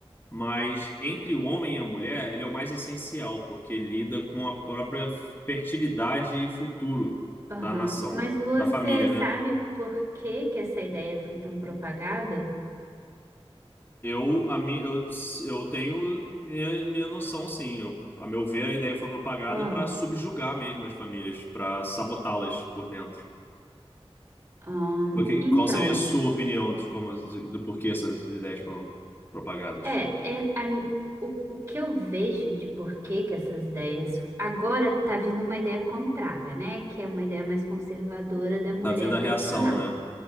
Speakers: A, on the left (about 20°); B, on the right (about 30°).
A: Mas entre o homem e a mulher, ele é o mais essencial, porque lida com a própria fertilidade e futuro
B: Aham.
A: da nação,
B: Mas você
A: da família,
B: sabe
A: né?
B: por que que essa ideia foi tão propagada?
A: Eu, a mi, eu, eu tenho minha, minha noção, sim. Eu, a meu ver, a ideia foi propagada
B: Ah,
A: para subjugar mesmo as famílias, para sabotá-las por dentro.
B: ahn,
A: Porque,
B: então,
A: qual seria a sua opinião de como, do porquê essas ideias foram propagadas?
B: é, é a o, o que eu vejo de por que que essas ideias. Agora tá vindo uma ideia contrária, né? Que é uma ideia mais conservadora da mulher
A: Tá vindo a
B: tradicional.
A: reação, né?